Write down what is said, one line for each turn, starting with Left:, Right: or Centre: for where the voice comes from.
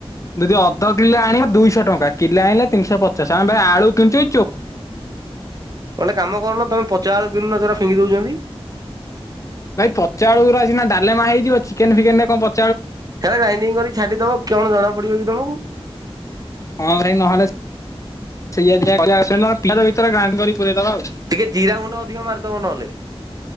Left: ଜଦି ଅଧ କିଲେ ଆଣିବ ଦୁଇଶହ ଟଙ୍କା କିଲେ ଆଣିଲେ ତିନିଶହ ପଚାଶେ ଆମେ ଭାଇ ଆଳୁ କିଣିଚୁ ଇ
Right: ଗୋଟେ କାମ କରୁନ ତମେ ପଚା ଆଳୁ କିଣୁନ ଯଉରା ଫିଙ୍ଗି ଦଉଛନ୍ତି। <unintelligible>
Left: ଭାଇ ପଚାଆଳୁଅରା ସିନା ଡାଲେମା ହେଇଯିବ ଚିକେନ ଫିକେନରେ କଣ ପ
Right: ହେ ଲାଇନିଂ କରି ଛାଡିଦବ କଣ ଜଣା ପଡିବ କି ତମକୁ?
Left: ହଁ ଭାଇ ନହେଲେ ସେଇଆ ଦେଖିବା କରିବା ଆଉ <inaudible>
Right: ଟିକେ ଜିରା ଗୁଣ୍ଡ ଅଧିକ ମାରିଦବ ନହେଲେ।